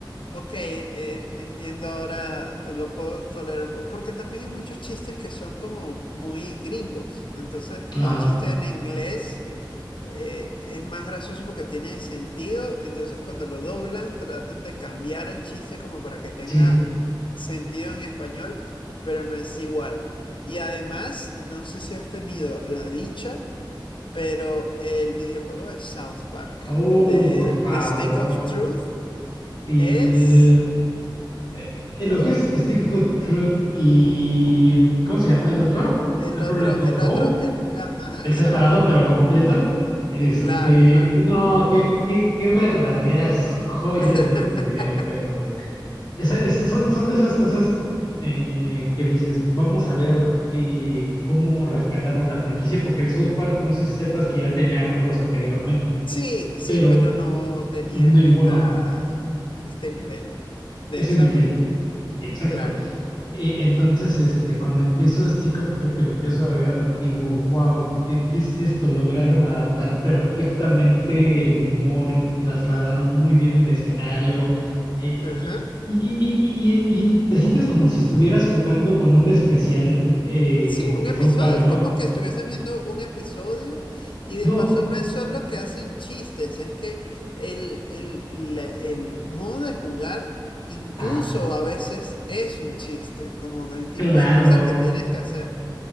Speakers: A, on the left (about 80°); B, on the left (about 60°).
A: ok, en- entiendo ahora, lo puedo tolerar. un po-". Porque también hay muchos chistes que son como muy gringos. Entonces,
B: Ah,
A: el chiste en inglés eh, es más gracioso porque tiene sentido, entonces cuando lo doblan tratan de cambiar el chiste como para que tenga
B: sí.
A: sentido en español, pero no es igual. Y además, no sé si has tenido la dicha, pero el videojuego de South Park,
B: Oh,
A: de
B: por favor.
A: The Stick of Truth,
B: Y
A: es...
B: el, eh, eh, lo
A: uf,
B: que es Stick But Truth y. ¿Cómo se llama el otro?
A: el
B: Separate
A: otro,
B: But
A: el
B: Whole.
A: otro, el... Ajá,
B: El
A: exacto.
B: separado pero completo. Este.
A: Claro, claro.
B: No, qué, qué, qué verdaderas joyas
A: <laughs>
B: de los videojuegos. Esa- esa- son, son de esas cosas eh, que dices, vamos a ver que, cómo rescataron la franquicia, porque South Park, no sé si sepas que ya tenía juegos anteriormente,
A: Sí, sí,
B: pero
A: pero no tenían
B: ninguno.
A: esta, este nivel de
B: Ese
A: desarrollo.
B: nivel. Exacto.
A: Claro.
B: E- Entonces, este, cuando empiezo Stick of Truth, que lo empiezo a ver, digo, wow, ¿qué, qué es esto? Lograron adaptar perfectamente el humor, l- trasladaron muy bien el escenario, eh,
A: Ajá.
B: y, y- y- y- y- y te sientes como si estuvieras jugando con un especial eh,
A: Sí, un
B: de
A: episodio.
B: South Park, ¿no?
A: Es como que estuviese viendo un episodio y
B: No,
A: de paso no es solo que hacen chistes, es que el, el, la- el modo de jugar incluso
B: ah,
A: a veces es un chiste, como el tipo
B: claro,
A: de cosas que tienes que hacer.